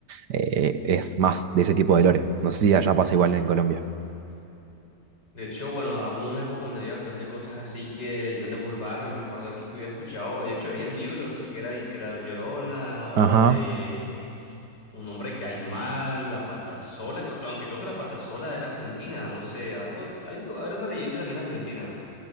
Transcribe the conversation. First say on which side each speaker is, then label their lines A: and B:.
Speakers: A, on the right (about 75°); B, on the left (about 75°).
A: eh, es más de ese tipo de lore. No sé si allá pasa igual en Colombia.
B: De hecho, bueno, hubo una época donde había bastante cosas así que leyendas urbanas, me acuerdo aquí que había escuchado, de hecho, habían libros que era de que La Llorona o
A: Ajá.
B: de un hombre caimán, La Patasola, creo, que- aunque creo que La Patasola era argentina, no sé, algo, algo, era una leyenda también argentina.